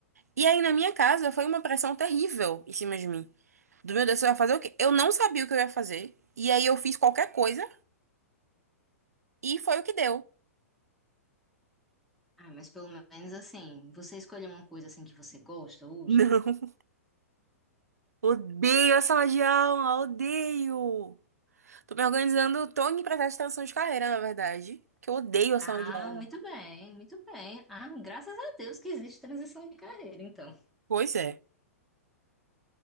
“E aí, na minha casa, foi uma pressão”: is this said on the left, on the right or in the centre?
Right